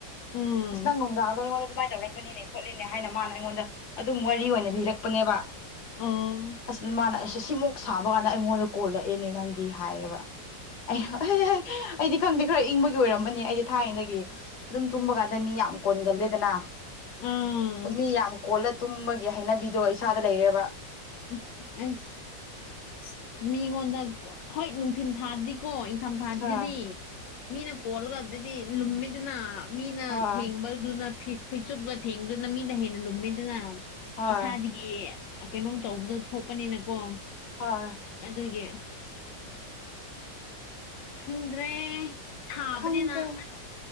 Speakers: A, on the left (about 80°); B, on the left (about 65°).
A: ꯎꯝ
B: ꯑꯁ ꯅꯪ ꯅꯨꯡꯗꯥꯡꯗ ꯑꯩꯉꯣꯟꯗ ꯗꯨꯃꯥꯏꯟ ꯇꯧꯔꯦ꯫ ꯄꯅꯤꯅꯦ ꯈꯣꯠꯂꯤꯅꯦ ꯍꯥꯏꯅ ꯃꯥꯅ ꯑꯩꯉꯣꯟꯗ ꯑꯗꯨꯝ ꯋꯥꯔꯤ ꯑꯣꯏꯅ ꯂꯤꯔꯛꯄꯅꯦꯕꯥ
A: ꯑꯣ
B: ꯑꯁ ꯃꯥꯅ ꯑꯁꯩ ꯁꯤꯃꯨꯛ ꯁꯥꯕ ꯀꯥꯟ ꯗ ꯑꯩꯉꯣꯟꯗ ꯀꯣꯜꯂꯛꯑꯦꯅꯦ ꯅꯪꯗꯤ ꯍꯥꯏꯌꯦꯕ ꯑꯩꯅ ꯑꯩꯗꯤ ꯈꯪꯗꯦ ꯈꯔ ꯏꯪꯕꯒꯤ ꯑꯣꯏꯔꯝꯃꯅꯦ ꯑꯩꯗꯤ ꯊꯥꯏꯅꯗꯒꯤ ꯑꯗꯨꯝ ꯇꯨꯝꯕ ꯀꯥꯟꯗ ꯃꯤ ꯌꯥꯝ ꯀꯣꯟꯒꯜꯂꯦꯗꯅ꯫
A: ꯑꯥ
B: ꯃꯤ ꯌꯥꯝ ꯀꯣꯜꯂ ꯇꯨꯝꯕꯒꯤ ꯍꯩꯅꯕꯤꯗꯣ ꯏꯁꯥꯗ ꯂꯩꯔꯦꯕ꯫
A: ꯎꯝ ꯑꯁ ꯑꯁ ꯃꯤꯉꯣꯟꯗ ꯍꯣꯏ ꯅꯨꯡꯊꯤꯟ ꯊꯥꯗꯤꯀꯣ ꯏꯪꯊꯝ ꯊꯥꯗꯗꯤ
B: ꯍꯣꯏ
A: ꯃꯤꯅ ꯀꯣꯜꯂꯒꯗꯨꯗꯤ ꯂꯨꯝꯃꯤꯗꯅ ꯃꯤꯅ
B: ꯍꯣꯏ
A: ꯊꯦꯡꯕꯗꯨꯅ ꯐꯤꯠ ꯐꯩꯆꯨꯞꯒ ꯊꯦꯡꯕꯗꯨꯅ ꯃꯤꯅ ꯍꯦꯟꯅ ꯂꯨꯝꯃꯤꯗꯅ
B: ꯍꯣꯏ
A: ꯏꯁꯥꯗꯒꯤ ꯑꯦ ꯑ ꯀꯩꯅꯣꯝ ꯇꯧꯕꯗꯨ ꯊꯣꯛꯄꯅꯤꯅꯀꯣ
B: ꯍꯣꯏ
A: ꯑꯗꯨꯒꯤ ꯈꯪꯗ꯭ꯔꯦ ꯁꯥꯕꯅꯦꯅ
B: ꯈꯪꯗꯦ
A: ꯑꯁ